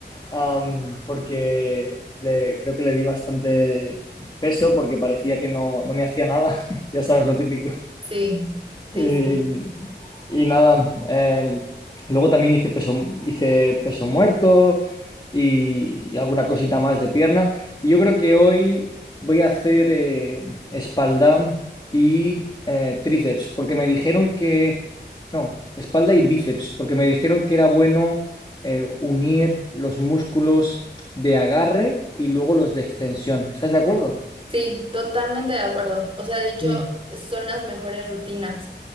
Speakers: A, on the left (about 25°); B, on the right (about 30°).
A: am, porque le- creo que le di bastante peso porque parecía que no, no me hacía nada, <laughs> ya sabes, lo típico.
B: Sí, sí,
A: Eh,
B: sí.
A: y nada, eh, y luego también hice peso, hice peso muerto y, y alguna cosita más de pierna. Y yo creo que hoy voy a hacer eh, espalda y eh, tríceps, porque me dijeron que, no, espalda y bíceps, porque me dijeron que era bueno eh, unir los músculos de agarre y luego los de extensión. ¿Estás de acuerdo?
B: Sí, totalmente de acuerdo. O sea, de hecho,
A: Mm,
B: son las mejores rutinas.